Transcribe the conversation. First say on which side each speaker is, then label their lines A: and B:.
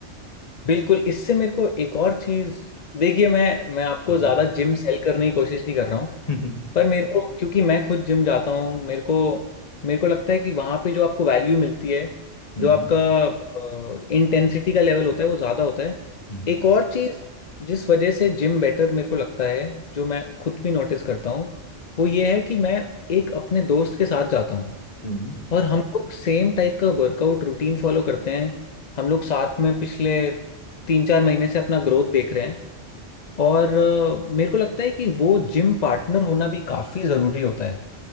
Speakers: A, on the left (about 50°); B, on the left (about 35°).
A: बिल्कुल इससे मेरे को एक और चीज़ देखिए मैं मैं आपको
B: हम्म
A: ज़्यादा जिम सेल करने की कोशिश नहीं कर रहा हूँ
B: हम्म
A: पर मेरे को क्योंकि मैं खुद जिम जाता हूँ मेरे को मेरे को लगता है कि वहाँ पे जो आपको वैल्यू मिलती है
B: हम्म
A: जो आपका इंटेंसिटी का लेवल होता है वो ज़्यादा होता है
B: हम्म
A: एक और चीज़ जिस वजह से जिम बेटर मेरे को लगता है जो मैं खुद भी नोटिस करता हूँ वो ये है कि मैं एक अपने दोस्त के साथ जाता हूँ
B: हम्म
A: और हम लोग सेम टाइप का वर्कआउट रूटीन फॉलो करते हैं हम लोग साथ में पिछले तीन चार महीने से अपना ग्रोथ देख रहे हैं और अ, मेरे को लगता है कि वो जिम पार्टनर होना भी काफी जरूरी होता है